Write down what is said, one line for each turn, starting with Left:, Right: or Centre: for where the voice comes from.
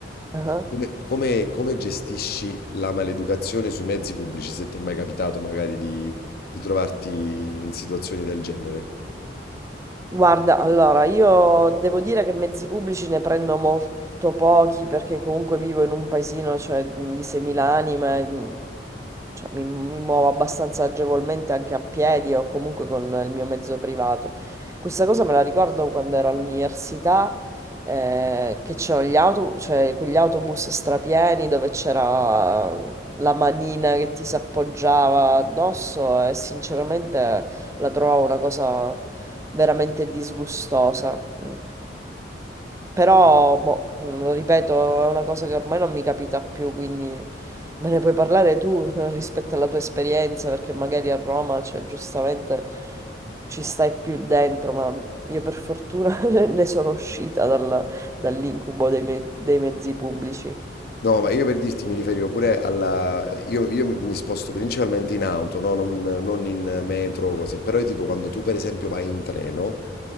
Right: Ah.
Left: come, come- come gestisci la maleducazione sui mezzi pubblici, se ti è mai capitato magari di, di trovarti in situazioni del genere?
Right: Guarda, allora, io devo dire che mezzi pubblici ne prendo molto pochi perché comunque vivo in un paesino, cioè, mh, di 6.000 anime, mh, cioè, mi, mi muovo abbastanza agevolmente anche a piedi o comunque con il mio mezzo privato. Questa cosa me la ricordo quando ero all'università, eh, che c'erano gli autobus, cioè, quegli autobus strapieni dove c'era la manina che ti s'appoggiava addosso e sinceramente la trovavo una cosa veramente disgustosa. Mm. Però, boh, mm, lo ripeto, è una cosa che ormai non mi capita più, quindi me ne puoi parlare tu <laughs> eh, rispetto alla tua esperienza, perché magari a Roma, cioè, giustamente ci stai più dentro, ma io per fortuna <laughs> ne sono uscita dalla- dall'incubo dei, me- dei mezzi pubblici.
Left: No, ma io per dirti mi riferivo pure alla... Io, io mi sposto principalmente in auto, no? Non, non in metro o cose, però io dico quando tu per esempio vai in treno